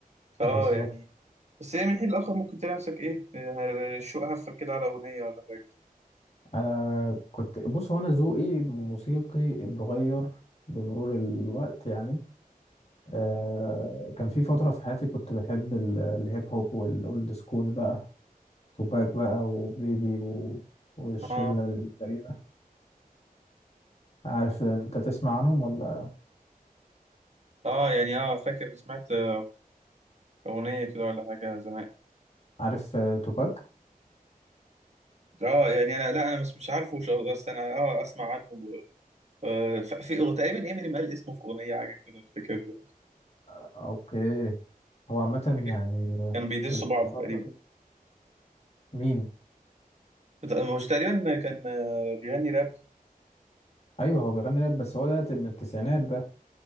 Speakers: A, on the right; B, on the left.
A: فاه
B: بالظبط
A: يعني بس هي من حين لآخر ممكن تلاقي نفسك ايه آه، شوق هفك كده على أغنية ولا حاجة
B: انا كنت بص هو انا ذوقي موسيقي اتغير بمرور الوقت يعني آه كان في فتره في حياتي كنت بحب ال- الهيب هوب والاولد سكول بقى توباك بقى وبيجي و... والشله
A: اه
B: الكريمه عارف انت تسمع عنهم ولا
A: اه يعني اه فاكر سمعت آه، أغنية كده ولا حاجة زمان
B: عارف آه، توباك
A: اه يعني انا لا انا مش مش عارفه وش- بس انا اه اسمع عنه و- آه، ف- في هو تقريبا امينيم قال اسمه في اغنيه حاجه كده مش فاكر
B: آه، اوكي هو عامه
A: فاكر
B: يعني
A: كانوا بيدسوا
B: الفتره
A: بعض تقريبا
B: دي مين
A: بت- مش تقريبا كان آه، بيغني راب
B: ايوه هو بيغني راب بس هو ده من التسعينات ده